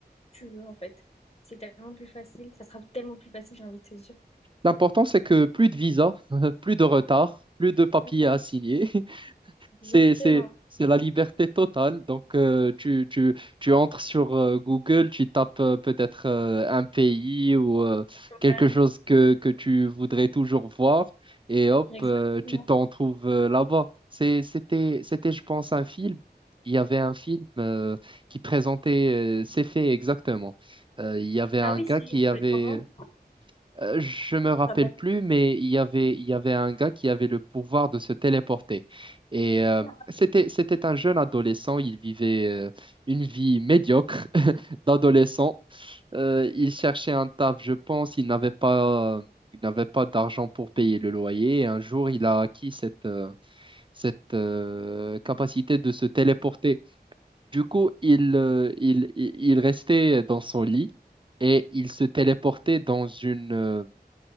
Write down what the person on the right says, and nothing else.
L'important, c'est que plus de visa, <laughs> plus de retard, plus de papiers
à signer. <laughs>
C'est, c'est, c'est la liberté totale. Donc, euh, tu, tu, tu entres sur euh, Google, tu tapes euh, peut-être euh, un pays ou euh, quelque
chose que, que tu voudrais toujours voir et hop,
euh, tu t'en trouves euh, là-bas. C'est- C'était, c'était, je pense, un film. Il y avait un film euh, qui présentait euh, ces faits exactement. Euh, il y avait un
gars
qui avait
euh, Je me rappelle
plus, mais il y avait, il y avait un gars qui avait le pouvoir de se téléporter. Et euh,
c'était, c'était un jeune adolescent. Il vivait euh, une vie médiocre <laughs> d'adolescent. Euh, il cherchait un taf, je pense. Il n'avait pas, il n'avait pas d'argent pour payer le loyer. Et un jour, il a acquis cette, euh, cette euh, capacité de se téléporter. Du coup, il, euh, il, il il restait dans son lit et il se téléportait dans une euh,